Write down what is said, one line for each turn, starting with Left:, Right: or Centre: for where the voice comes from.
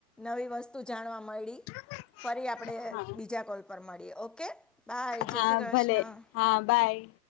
Centre: નવી વસ્તુ જાણવા મળી
Left: તમે.
Centre: ફરી આપણે
Left: હા
Centre: બીજા કોલ પર મળીએ ઓકે. બાય જય
Left: હા
Centre: શ્રી કૃષ્ણ
Left: ભલે હા બાય.